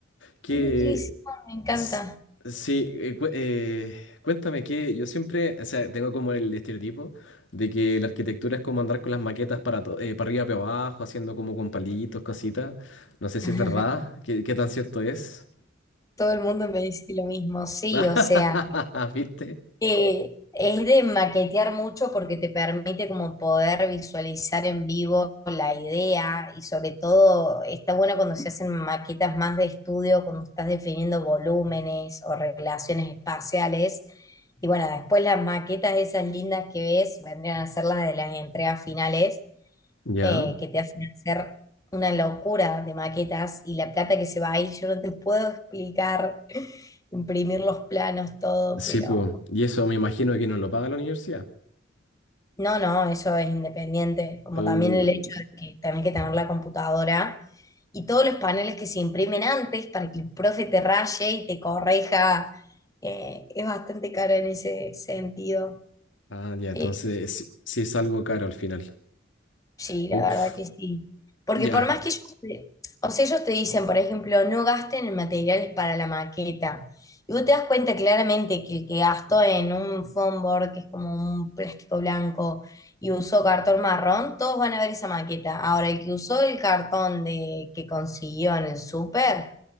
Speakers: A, on the left; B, on the left.
A: Que
B: nutrísimo, me encanta.
A: s- sí, eh, cu- eh, cuéntame que yo siempre, o sea, tengo como el estereotipo de que la arquitectura es como andar con las maquetas para, to- eh, para arriba, para abajo, haciendo como con palitos, cositas. No sé si
B: <laughs>
A: es verdad, qué, qué tan cierto es.
B: Todo el mundo me dice lo mismo. Sí,
A: <laughs>
B: o sea.
A: ¿Viste?
B: Eh, es de maquetear mucho porque te permite como poder visualizar en vivo la idea y sobre todo está bueno cuando se hacen maquetas más de estudio, cuando estás definiendo volúmenes o relaciones espaciales. Y bueno, después las maquetas esas lindas que ves vendrían a ser las de las entregas finales,
A: Ya,
B: eh, que te hacen hacer una locura de maquetas y la plata que se va ahí, yo no te puedo explicar, <laughs> imprimir los planos, todo,
A: sí,
B: pero...
A: pues. Y eso me imagino que no lo paga la universidad.
B: No, no, eso es independiente, como
A: Oh,
B: también el hecho de que tenés que tener la computadora y todos los paneles que se imprimen antes para que el profe te raye y te corrija, eh, es bastante caro en ese sentido.
A: ah, ya, entonces
B: Eh,
A: sí, sí es algo caro al final.
B: Sí,
A: Uf,
B: la verdad que sí. Porque
A: ya,
B: por más que ellos te, o sea, ellos te dicen, por ejemplo, no gasten en materiales para la maqueta. Y vos te das cuenta claramente que el que gastó en un foam board, que es como un plástico blanco, y usó cartón marrón, todos van a ver esa maqueta. Ahora, el que usó el cartón de, que consiguió en el súper,